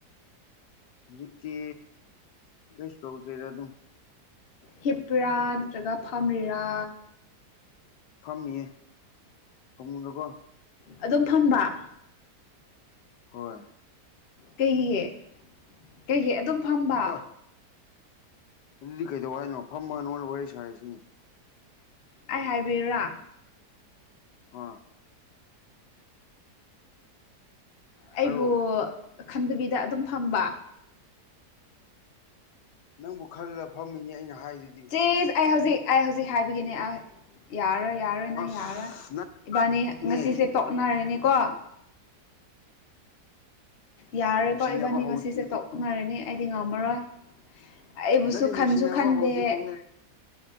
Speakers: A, on the left (about 80°); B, on the left (about 50°).
A: ꯍꯧꯖꯤꯛꯇꯤ ꯀꯩꯁꯨ ꯇꯧꯗꯦꯗ ꯑꯗꯨꯝ
B: ꯍꯤꯄꯔꯥ ꯅꯠꯇ꯭ꯔꯒ ꯐꯝꯔꯤꯔꯥ
A: ꯐꯝꯃꯤꯌꯦ ꯐꯝꯃꯨꯗꯀꯣ
B: ꯑꯗꯨꯝ ꯐꯟꯕ
A: ꯍꯣꯏ
B: ꯀꯩꯒꯤ ꯀꯩꯒꯤ ꯑꯗꯨꯝ ꯐꯝꯕ
A: ꯍꯣꯏ ꯑꯗꯨꯗꯤ ꯀꯩꯗꯧ ꯍꯥꯏꯅꯣ ꯐꯝꯃꯥ ꯅꯣꯅ ꯋꯥꯔꯤ ꯁꯥꯔꯤꯁꯤꯅꯤ
B: ꯑꯩ ꯍꯥꯏꯕꯤꯔꯥ
A: ꯍꯥ
B: ꯑꯩꯕꯨ
A: ꯍꯥꯏꯔꯛꯑꯣ
B: ꯈꯟꯗꯕꯤꯗ ꯑꯗꯨꯝ ꯐꯝꯕ
A: ꯅꯪꯕꯨ ꯈꯜꯂ ꯐꯝꯃꯤꯅꯤ ꯑꯩꯅ ꯍꯥꯏꯔꯤ
B: ꯆꯖ ꯑꯩ ꯍꯧꯖꯤꯛ ꯑꯩ ꯍꯧꯖꯤꯛ ꯍꯥꯏꯕꯒꯤꯅꯦ ꯑ ꯌꯥꯔꯣꯏ ꯌꯥꯔꯣꯏ ꯑꯩꯅ
A: ꯑꯁ
B: ꯌꯥꯔꯔꯣꯏ ꯏꯕꯥꯅꯤ
A: ꯅꯪꯅꯦ
B: ꯉꯁꯤꯁꯦ ꯇꯣꯛꯅꯔꯦꯅꯤꯀꯣ ꯌꯥꯔꯦꯀꯣ
A: ꯅꯨꯡꯁꯤꯅꯕ
B: ꯏꯕꯥꯅꯤ ꯉꯁꯤꯁꯦ
A: ꯍꯧꯗ꯭ꯔꯤ
B: ꯇꯣꯛꯅꯔꯦꯅꯤ ꯑꯩꯗꯤ ꯉꯝꯃꯔꯣꯏ ꯑꯩꯕꯨꯁꯨ
A: ꯅꯠꯇꯦ ꯅꯨꯡꯁꯤꯅꯕ
B: ꯈꯟꯁꯨ ꯈꯟꯗꯦ
A: ꯍꯧꯗ꯭ꯔꯤ ꯇꯣꯛꯅ